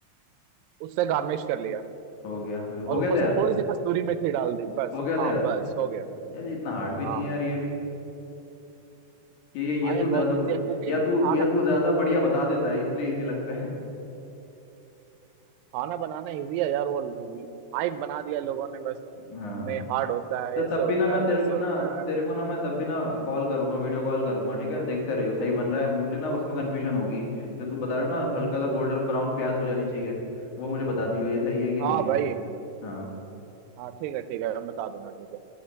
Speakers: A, on the right (about 85°); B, on the left (about 65°).
A: उससे गार्निश कर लिया
B: हो गया
A: और
B: हो
A: ऊपर
B: गया तैयार
A: से थोड़ी सी कस्तूरी मेथी डाल दी बस
B: हो गया तैयार
A: हाँ बस हो गया
B: यार ये इतना हार्ड भी
A: हाँ
B: नहीं है यार ये भी ये ये, ये
A: हाँ
B: तू
A: यार
B: ज़्यादा
A: बहुत इजी है कुकिंग
B: या तू
A: खाना
B: या तू ज़्यादा बढ़िया बता देता है इसलिए इजी लगता है
A: खाना बनाना इजी है यार वो हाइप बना दिया लोगों ने बस
B: हाँ
A: नहीं हार्ड होता है
B: तो तब
A: ऐसे होता
B: भी ना मैं
A: है
B: तेरे
A: वैसे
B: को
A: होता
B: ना
A: है
B: तेरे को ना मैं तब भी ना कॉल करूंगा वीडियो कॉल करूंगा ठीक है देखते रहियो सही बन रहा है मुझे ना उसमें कन्फ्यूजन होगी जो तू बता रहा है ना हल्का सा गोल्डन ब्राउन प्याज हो जानी चाहिए वो मुझे बता दियो ये सही है कि
A: हाँ
B: नहीं
A: भाई
B: है हाँ
A: हाँ ठीक है ठीक है मैं बता दूंगा ठीक है